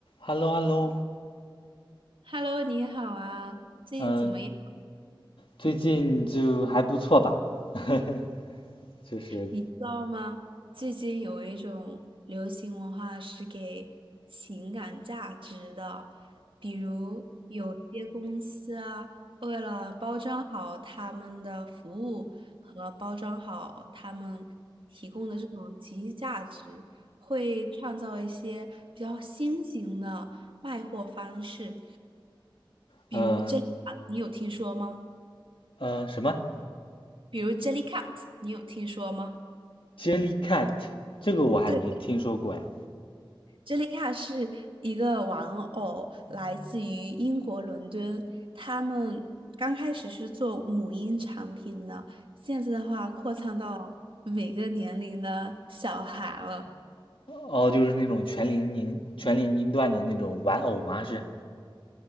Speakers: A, on the left; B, on the right.
A: h e l l o h e l l o
B: Hello，你好啊，最近怎么样？
A: 嗯，最近就还不错吧，<laughs> 就是，
B: 你知道吗？最近有一种流行文化是给情感价值的，比如有些公司啊，为了包装好他们的服务和包装好他们提供的这种情绪价值，会创造一些比较新型的卖货方式，比如
A: 呃
B: Jellycat，你有听说吗？
A: 呃，什么
B: 比如 Jellycat，你有听说吗？
A: Jellycat，这个我还没听说过呀。
B: 对，j e l 杰里卡是一个玩偶，来自于英国伦敦。他们刚开始是做母婴产品的，现在的话扩仓到每个年龄的小孩了。
A: 哦，就是那种全年龄全年龄段的那种玩偶吗？是？